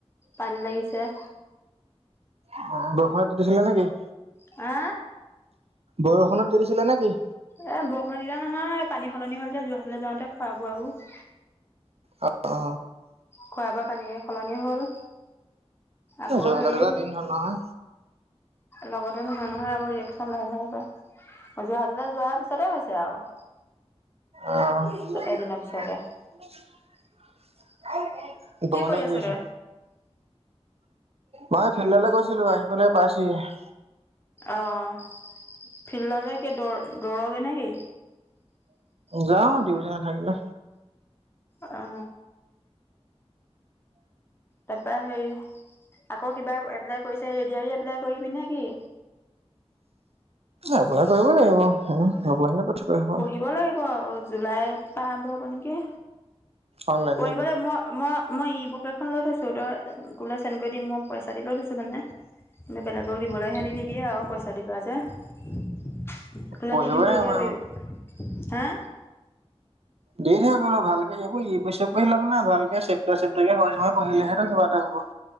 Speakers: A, on the left; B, on the right.
A: পানী লাগিছে।
B: অ বৰষুণত তিটিছিলে নেকি?
A: আ,
B: বৰষুণত তিটিছিলে নেকি?
A: এ বৰষুণত তিতা নহয় পানী সলনি হল যে যোৰহাটলে যাওঁতে খুৱ বোৱা বোৰ।
B: অ অ।
A: খোৱা বোৱা পানীৰ সলনি হ'ল আকৌ
B: যোৰহাটলৈ
A: হেই
B: যোৱা দিন হ'ল নহয়।
A: লগতে নহয় নহয় আক ৰিয়েকশ্যন লাহে লাহেক। যোৰহাটলে যোৱাৰ পিছতে হৈছে আও।
B: আহ <unintelligible>
A: এদিনৰ পিছতে
B: গগনে
A: কৰি
B: কি
A: আছ
B: কৰিছে?
A: তই
B: মইে ফিল্ডলে গৈছিলো আহি পেলাই পাইছোহি হে।
A: অঁ ফিল্ডলে দৌ দৌৰগে নে কি?
B: যাওঁ ডিউটি নাথাকিলে।
A: অ তাৰপৰা হেৰি আকৌ কিবা এপ্লাই কৰিছে এ দি অৰ ই এপ্লাই কৰিবি নেকি?
B: এপ্লাই কৰিব লাগিব হু। <unintelligible>
A: পঢ়িব লাগিব আও। জুলাইৰ পৰা আৰম্ভ হ'ব নেকি?
B: অনলাইন
A: পঢ়িব
B: নেকি?
A: লাগ মই মই মই ই বুক এখন লৈ থৈছো তই তোলে চেনড কৰি দিম মই পইচা দি লৈ থৈছো মানে। বেলেগক দিবলৈ সেহেতি নিদিয়ে আৰু পইচা দি লোৱা যে। তোলে
B: পঢ়িবই
A: দি দিম
B: লাগিব
A: পঢ়ি থাকিব
B: এইবোৰ।
A: পাৰিবি হা,
B: দি থবি বোলো ভালকে এইবোৰক ইবছৰ পঢ়িলে লাভ নাই ভালকে চেপ্তা চেপ্তাকে সময় পঢ়িলেহে কিবা এটা হ'ব।